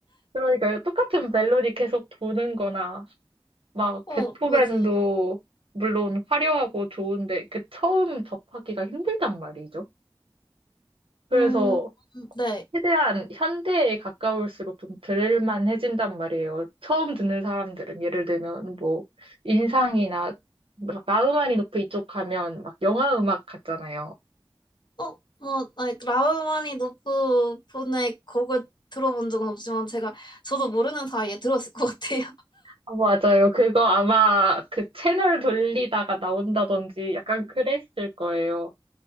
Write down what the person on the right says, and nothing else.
그러니까 똑같은 멜로디 계속 도는 거나 막
베토벤도
물론 화려하고 좋은데 그 처음 접하기가 힘들단 말이죠. 그래서
최대한 현대에 가까울수록 좀 들을만해진단 말이에요. 처음 듣는 사람들은 예를 들면 뭐 인상이나 막 나우마니 노프 이쪽 가면 막 영화 음악 같잖아요.
어, 맞아요. 그거 아마 그 채널 돌리다가 나온다든지 약간 그랬을 거예요.